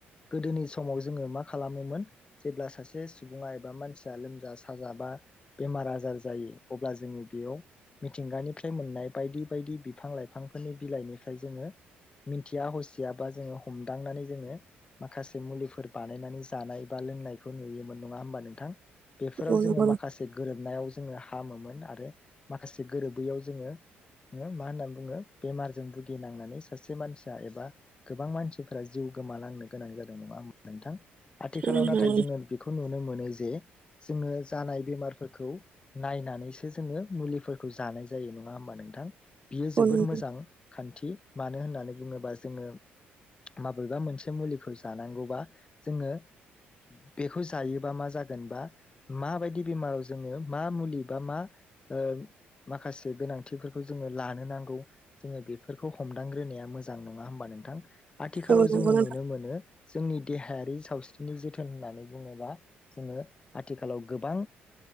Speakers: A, on the left (about 25°); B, on the right (about 35°).
A: गोदोनि समाव जोङो मा खालामोमोन जेब्ला सासे सुबुङा एबा मानसिया लोमजा साजा बा बेमार आजार जायो अब्ला जोंनि बेयाव मिथिंगानिफ्राय मोननाय बायदि बायदि बिफां लाइफांफोरनि बिलाइनिफ्राय जोङो मिन्थिया हसियाबा जोङो हमदांनानै जोङो माखासे मुलिफोर बानायनानै जानाय बा लोंनायखौ नुयोमोन नङा होमबा नोंथां बेफोराव
B: औ
A: जोङो
B: नंगौ नोंथां
A: माखासे गोरोबनायाव जोङो हामोमोन आरो माखासे गोरोबैयाव जोङो मा होननानै बुङो बेमारजों भुगिनांनानैस सासे मानसिया एबा गोबां मानसिफोरा जिउ गोमालांनो गोनां जादों नङा होमबा नोंथां आथिखालाव
B: उम
A: नाथाय
B: नंगौ
A: जोङो बेखौ नुनो मो जे जोङो जानाय बेमारफोरखौ नायनानैसो जोङो मुलिफोरखौ जानाय जायो नङा होमबा नोंथां बियो जोबोर
B: औ नंगौ
A: मोजां खान्थि मानो होननानै बुङोबा जोङो माबेबा मोनसे मुलिखौ जानांगौबा जोङो बेखौ जायोबा मा जागोन बा माबायदि बेमाराव जोङो मा मुलि बा मा ओ माखासे गोनांथिफोरखौ जोङो लानो नांगौ जोङो बेफोरखौ हमदांग्रोनाया मोजां नङा होमबा नोंथां आथिखालाव
B: उम
A: जोङो
B: नंगौ
A: नुनो मोनो जोंनि देहायारि सावस्रिनि जोथोन होननानै बुङोबा जोङो आथिखालाव गोबां